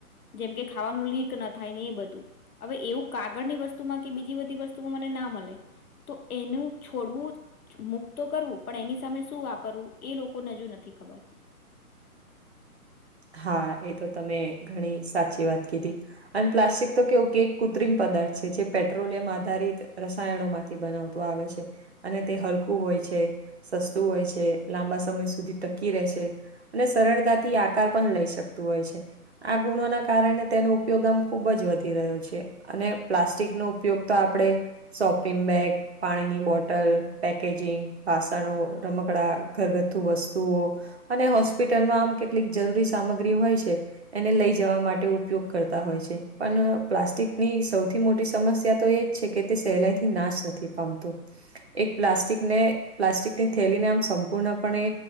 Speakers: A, on the left; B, on the right.
A: જેમકે ખાવાનું લીક ન થાયને એ બધું. હવે એવું કાગળ ની વસ્તુમાં, કે બીજી બધી વસ્તુમાં મને ના મળે. તો એનું છોડવું મુક્તો કરવું, પણ એની સામે શું વાપરવુ? એ લોકોને હજુ નથી ખબર.
B: હા, એ તો તમે ઘણી સાચી વાત કીધી. અને પ્લાસ્ટિક તો કેવું કે એક કૃત્રિમ પદાર્થ છે, જે પેટ્રોલિયમ આધારિત રસાયણો માંથી બનાવ તો આવે છે, અને તે હલકું હોય છે. સસ્તું હોય છે, લાંબા સમય સુધી ટકી રહે છે, અને સરળતાથી આ કાર પણ લઈ શકતુ હોય છે, આ ગુણો ના કારણે તેનુ પેદન ખૂબ જ વધી રહ્યો છે, અને પ્લાસ્ટિકનો ઉપયોગ તો આપણે શોપિંગ બેગ પાણીની બોટલ, પેકેજિંગ, વાસણો, રમકડા, ઘરગથ્થુ વસ્તુઓ અને હોસ્પિટલમાં આમ કેટલીક જરૂરી સામગ્રી હોય છે, એને લઈ જવા માટ ઉપયોગ કરતા હોય છે, પણ પ્લાસ્ટિકની સૌથી મોટી સમસ્યા તો એ છે કે તે સેહલાઈ થી નાશ નથી પામતું, એક પ્લાસ્ટિક ને પ્લાસ્ટિક તે થેલીને આમ સંપૂર્ણપણે